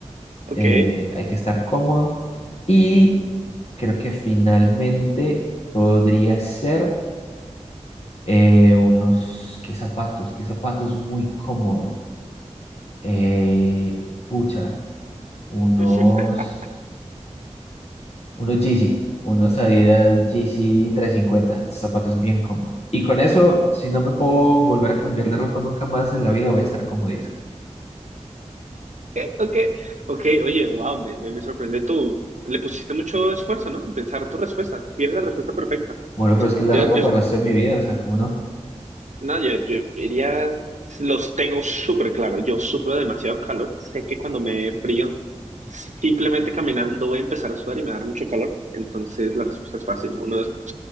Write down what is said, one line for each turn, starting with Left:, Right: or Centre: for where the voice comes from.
Right: Ok.
Left: Eh, hay que estar cómodo. Y creo que finalmente podría ser eh, unos, ¿qué zapatos? ¿Qué zapatos muy cómodo? Eh, pucha, unos.
Right: <laughs>
Left: Unos Yeezy, unos Adidas Yeezy 350 zapatos bien cómodos. Y con eso, si no me puedo volver a cambiar de ropa nunca más en la vida, voy a estar comodito.
Right: Ok, ok. Ok, oye, wow, me, me- me sorprende tú. Le pusiste mucho esfuerzo, ¿no? En pensar tu respuesta. Tienes la respuesta perfecta.
Left: Bueno, pero es que es
Right: Yo,
Left: la ropa
Right: yo,
Left: para el resto de mi vida, o sea, ¿cómo no?
Right: no, yo, yo diría, los tengo súper claro. Yo sufro demasiado calor. Sé que cuando me frío, simplemente caminando voy a empezar a sudar y me va a dar mucho calor. Entonces la respuesta es fácil. Unos,